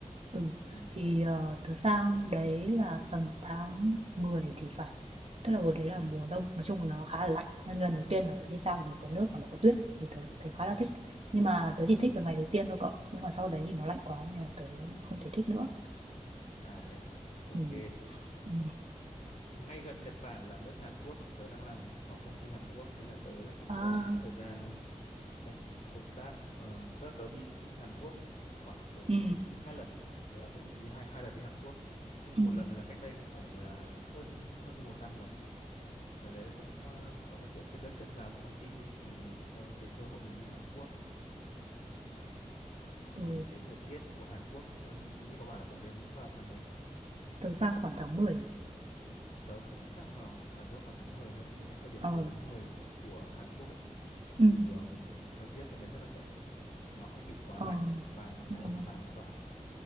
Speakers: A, on the right (about 55°); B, on the left (about 75°).
A: Ừ,
B: ừ
A: thì ờ, tớ sang đấy là tầm tháng 10 thì phải. Tức là hồi đấy là
B: ừ
A: mùa đông, nói chung là nó khá là lạnh. Nên lần đầu tiên là tớ đi sang một cái nước mà nó có tuyết thì tớ thấy khá là
B: ừ
A: thích. Nhưng mà tớ chỉ
B: ừ
A: thích được ngày đầu tiên thôi cậu. Nhưng mà sau đấy thì nó lạnh quá nên là tớ không thể thích nữa.
B: à thế à ok
A: Ừ. Ừ.
B: ngay gần Nhật Bản là nước Hàn Quốc thì tớ đang làm cho công ty Hàn Quốc nên là tớ là cũng
A: À,
B: có thời gian công công tác um, tớ tớ đi Hàn Quốc khoảng độ
A: ừ.
B: hai lần tớ đã từng đi hai hai lần đi Hàn Quốc nhưng
A: Ừ.
B: mà một lần là cách đây cũng phải là hơn hơn 11 năm rồi lần đấy là cũng ờ, gọi là kiểu chân đất chân giáo vào công ty ấy, thì mình cũng có cái cơ hội mình đi Hàn Quốc đấy
A: Ừ.
B: thì cái thời tiết của Hàn Quốc ờ, như cậu bảo là cậu đến vào tháng mấy
A: Tớ sang khoảng tháng mười
B: tớ cũng sang vào Hàn Quốc vào tháng 10 luôn nhưng mà cái thời điểm
A: Ờ,
B: cuối tháng 10 của của Hàn Quốc ấy
A: ừm,
B: thì ừm, thời tiết bên đấy rất là đẹp nó không bị quá
A: ờ,
B: lạnh và nó có
A: ừm,
B: lá vàng lá đỏ